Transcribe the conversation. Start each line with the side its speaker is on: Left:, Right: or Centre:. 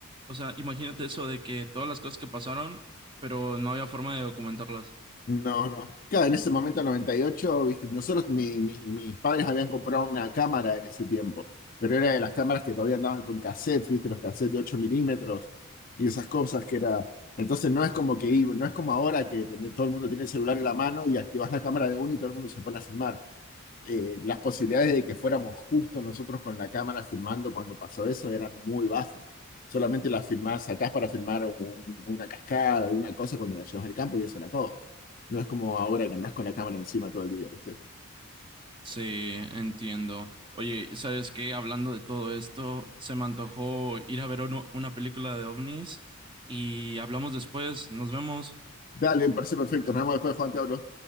Right: o sea, imagínate eso de que todas las cosas que pasaron, pero no había forma de documentarlas.
Left: No, no. Claro, en ese momento, 98, viste, nosotros, mi- mi- mis padres habían comprado una cámara en ese tiempo, pero era de las cámaras que todavía andaban con cassettes, viste, los cassettes de 8 milímetros y esas cosas que era... Entonces no es como que, iba- no es como ahora que tenés- todo el mundo tiene el celular en la mano y activas la cámara de uno y todo el mundo se pone a filmar. Eh, las posibilidades de que fuéramos justo nosotros con la cámara filmando cuando pasó eso eran muy bajas. Solamente las filmás, sacás para filmar un- una cascada, alguna cosa cuando la llevas al campo y eso era todo. No es como ahora que andás con la cámara encima todo el día, ¿viste?
Right: Sí, entiendo. Oye, ¿sabes qué? Hablando de todo esto, se me antojó ir a ver uno- una película de ovnis y hablamos después. Nos vemos.
Left: Dale, me parece perfecto. Nos vemos después, Juan, te hablo.